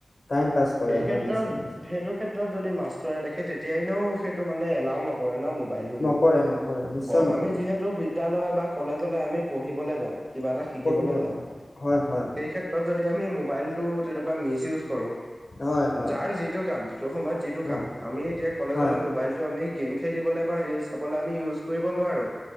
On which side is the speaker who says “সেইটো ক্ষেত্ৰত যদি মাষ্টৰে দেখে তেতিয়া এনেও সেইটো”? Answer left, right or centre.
Right